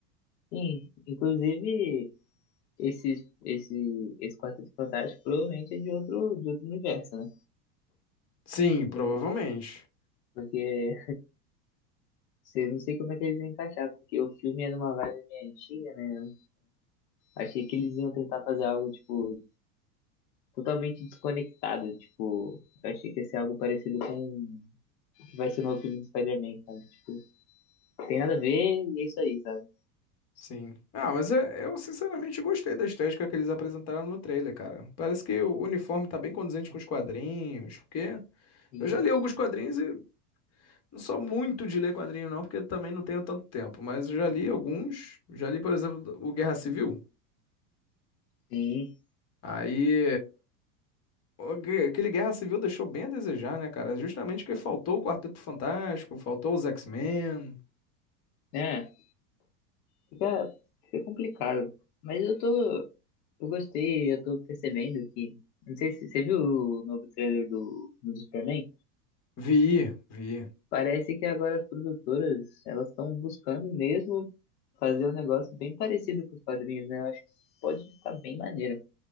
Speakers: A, on the left (about 75°); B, on the left (about 30°).
A: sim. Inclusive, esse, esse, esse Quarteto Fantástico provavelmente é de outro, de outro universo, né?
B: sim, provavelmente.
A: Porque eu não sei como é que eles vão encaixar, porque o filme é numa vibe meio antiga, né? É, Achei que eles iam tentar fazer algo, tipo, totalmente desconectado, tipo, eu achei que ia ser algo parecido com o que vai ser o novo filme do Spider-Man, sabe? Tipo, tem nada a ver e é isso aí, sabe?
B: Sim. Ah, mas é- eu sinceramente gostei da estética que eles apresentaram no trailer, cara. Parece que o uniforme tá bem condizente com os quadrinhos, porque
A: Sim,
B: eu já li alguns quadrinhos e não sou muito de ler quadrinho não, porque também não tenho tanto tempo, mas eu já li alguns. Já li, por exemplo, o Guerra Civil.
A: sim.
B: Aí, o gue- aquele Guerra Civil deixou bem a desejar, né, cara? Justamente porque faltou o Quarteto Fantástico, faltou os X-Men.
A: É, fica, fica complicado. Mas eu tô, eu gostei, eu tô percebendo que, não sei se você viu o novo trailer do, do Superman?
B: Vi, vi.
A: Parece que agora as produtoras, elas estão buscando mesmo fazer um negócio bem parecido com os quadrinhos, né? Eu acho que pode ficar bem maneiro